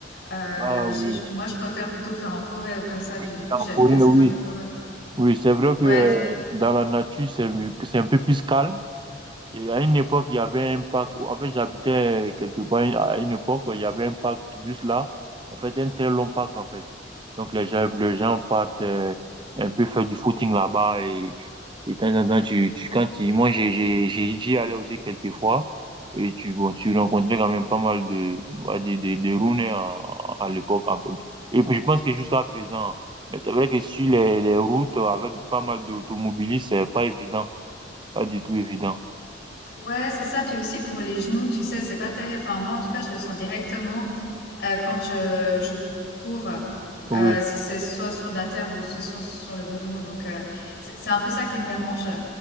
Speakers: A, on the left; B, on the right.
A: Euh,
B: Ah oui,
A: j'ai- moi, je préfère plutôt faire en forêt ou comme ça.
B: oui,
A: Puis
B: oui,
A: du coup,
B: en
A: j'habite
B: forêt,
A: assez
B: oui.
A: loin des forêts.
B: Oui, c'est vrai que
A: Ouais,
B: euh, dans la nature, c'est, mieux- c'est un peu plus calme. Et à une époque, il y avait un parc, où- en fait, j'habitais quelque part, à une époque, il y avait un parc juste là, en fait, un très long parc, en fait. Donc, les gens, les gens partent euh, un peu faire du footing là-bas et, et de temps en temps, tu, tu, quand tu, moi, j'ai, j'ai, j'ai- j'y allais aussi quelques fois et tu, bon, tu rencontrais quand même pas mal de, ouais, des, des, des Rouennais à, à l'époque, en fait. Et puis, je pense que jusqu'à présent, mais c'est vrai que sur les, les routes, avec pas mal d'automobilistes, c'est pas évident, pas du tout évident.
A: Ouais, c'est ça. Puis aussi pour les genoux, tu sais, c'est pas terrible. Enfin, moi, en tout cas, je le sens directement euh, quand je, je cours,
B: Oui.
A: euh, si c'est soit sur de la terre ou soit sur, sur le goudron. Donc, euh, c'est c'est un peu ça qui me dérange.